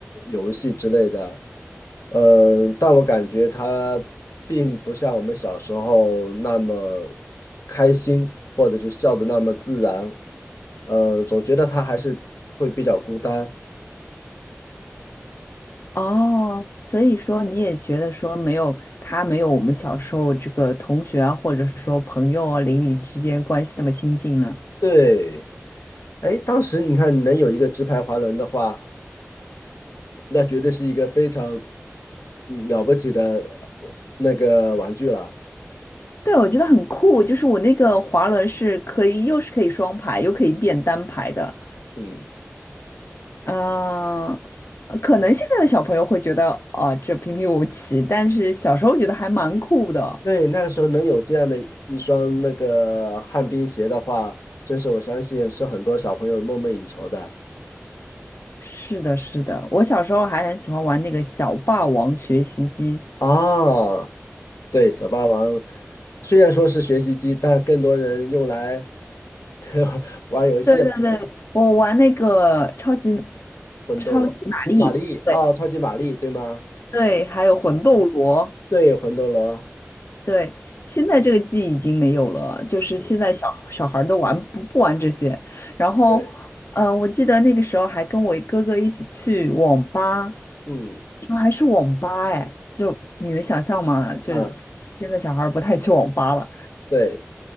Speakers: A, on the left; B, on the left.
A: 游戏之类的，嗯，但我感觉他并不像我们小时候那么开心，或者就笑得那么自然，呃，总觉得他还是会比较孤单。
B: 哦，所以说你也觉得说没有他没有我们小时候这个同学啊，或者说朋友啊，邻里之间关系那么亲近了。
A: 对，哎，当时你看能有一个直排滑轮的话，那绝对是一个非常嗯了不起的呃那个玩具了。
B: 对，我觉得很酷，就是我那个滑轮是可以，又是可以双排，又可以变单排的。
A: 嗯，
B: 嗯、呃可能现在的小朋友会觉得，哦、这平平无奇，但是小时候觉得还蛮酷的。
A: 对，那个时候能有这样的一双那个旱冰鞋的话，真是我相信是很多小朋友梦寐以求的。
B: 是的，是的，我小时候还很喜欢玩那个小霸王学习机。
A: 哦，对，小霸王虽然说是学习机，但更多人用来 <laughs> 玩游戏了，
B: 对对对，我玩那个超级
A: 魂斗罗、
B: 超级玛丽，
A: 玛丽哦，
B: 对
A: 超级玛丽，对吗？
B: 对，还有魂斗罗。
A: 哦，对，魂斗罗。
B: 对，现在这个记忆已经没有了，就是现在小小孩儿都玩不不玩这些。
A: 嗯
B: 然后，
A: 对，
B: 呃，我记得那个时候还跟我哥哥一起去网吧，
A: 嗯
B: 说还是网吧哎，就你能想象吗？就是现在小孩儿不太去网吧了，
A: 啊，对，